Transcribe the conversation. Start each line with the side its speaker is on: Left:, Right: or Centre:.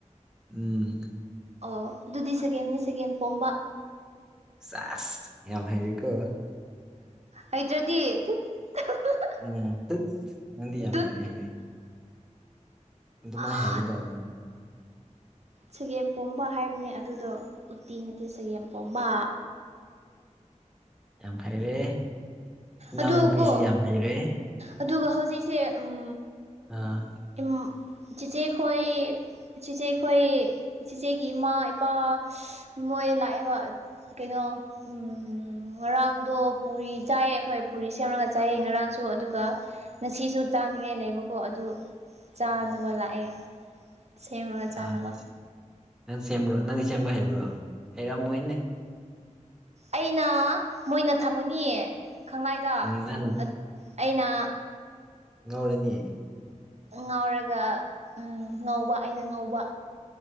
Centre: ꯎꯝ
Right: ꯑꯣ ꯑꯗꯨꯗꯤ ꯁꯒꯦꯝꯅꯦ ꯁꯒꯦꯝ ꯄꯣꯝꯕ
Centre: ꯁꯥꯁ ꯌꯥꯝ ꯍꯩꯔꯦꯀꯣ
Right: ꯍꯩꯇ꯭ꯔꯗꯤ ꯇꯨꯠ <unintelligible>
Centre: ꯎꯝ ꯇꯠ ꯅꯪꯗꯤ ꯌꯥꯝ
Right: ꯇꯨꯠ
Centre: ꯍꯩꯔꯦ ꯍꯩꯔꯦ ꯑꯗꯨꯃꯥꯏ
Right: ꯑꯥ
Centre: ꯍꯥꯏꯒꯦꯗꯝ
Right: ꯆꯒꯦꯝ ꯄꯣꯝꯕ ꯍꯥꯏꯕꯅꯦ ꯑꯗꯨꯗꯣ ꯎꯠꯇꯤ ꯅꯠꯇꯦ ꯆꯒꯦꯝꯄꯣꯝꯕꯥ
Centre: ꯌꯥꯝ ꯍꯩꯔꯦ ꯏꯅꯥꯎꯅꯨꯄꯤꯁꯤ
Right: ꯑꯗꯨꯒꯀꯣ
Centre: ꯌꯥꯝ ꯍꯩꯔꯦ
Right: ꯑꯗꯨꯒ ꯍꯧꯖꯤꯛꯁꯦ ꯎꯝ
Centre: ꯑ
Right: ꯎꯝ ꯆꯤꯆꯦꯈꯣꯏ ꯆꯤꯆꯦꯈꯣꯏ ꯆꯤꯆꯦꯒꯤ ꯏꯃꯥ ꯏꯄꯥ <unintelligible> ꯃꯣꯏ ꯂꯥꯛꯑꯦꯕ ꯀꯩꯅꯣ ꯎꯝ ꯉꯔꯥꯡꯗꯣ ꯄꯨꯔꯤ ꯆꯥꯏꯌꯦ ꯑꯩꯈꯣꯏ ꯄꯨꯔꯤ ꯁꯦꯝꯔꯒ ꯆꯥꯏꯌꯦ ꯉꯔꯥꯡꯁꯨ ꯑꯗꯨꯒ ꯉꯁꯤꯁꯨ ꯆꯥꯅꯤꯡꯉꯥꯏ ꯂꯩꯕꯀꯣ ꯑꯗꯨ ꯆꯥꯅꯕ
Centre: ꯎꯝ
Right: ꯂꯥꯛꯑꯦ ꯁꯦꯝꯃꯒ ꯆꯥꯅꯕ
Centre: ꯑꯥ ꯅꯪ ꯁꯦꯝꯕ꯭ꯔꯣ ꯅꯪ ꯁꯦꯝꯕ ꯍꯩꯕ꯭ꯔꯣ ꯍꯩꯔꯝꯃꯣꯏꯅꯦ
Right: ꯑꯩꯅ ꯃꯣꯏꯅ ꯊꯝꯒꯅꯤ ꯈꯥꯡꯂꯥꯏꯗ
Centre: ꯎꯝ ꯅꯪ
Right: ꯑꯗ ꯑꯩꯅ
Centre: ꯉꯧꯔꯅꯤ
Right: ꯉꯥꯎꯔꯒ ꯎꯝ ꯉꯧꯕ ꯑꯩꯅ ꯉꯧꯕ